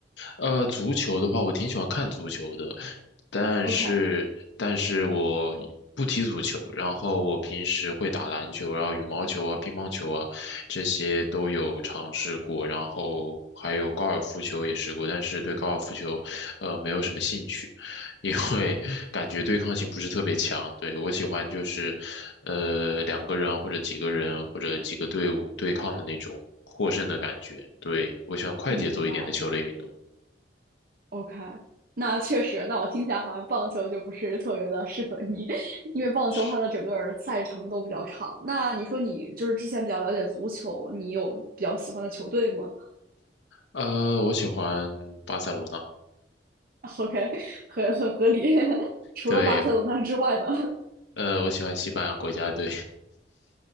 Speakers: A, on the left; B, on the right.
A: 呃，足球的话，我挺喜欢看足球的，但是但是我不踢足球，
B: OK，
A: 然后我平时会打篮球然后羽毛球啊、乒乓球啊，这些都有尝试过，然后还有高尔夫球也试过，但是对高尔夫球，呃，没有什么兴趣，因为 <laughs> 感觉对抗性不是特别强。对，我喜欢就是，呃，两个人或者几个人或者几个队伍对抗的那种获胜的感觉。对，我喜欢快节奏一点的球类运动。
B: 明白了。OK，那确实，那我听起来好像棒球就不是特别的适合你，<laughs> 因为棒球它的整个儿赛程都比较长。
A: 是，
B: 那你说你就是之前比较了解足球，你有比较喜欢的球队吗
A: 呃，我喜欢巴塞罗那，
B: <laughs>？OK，很很合理。<laughs> 除了巴塞罗那之外呢，
A: 对，呃，我喜欢西班牙国家队，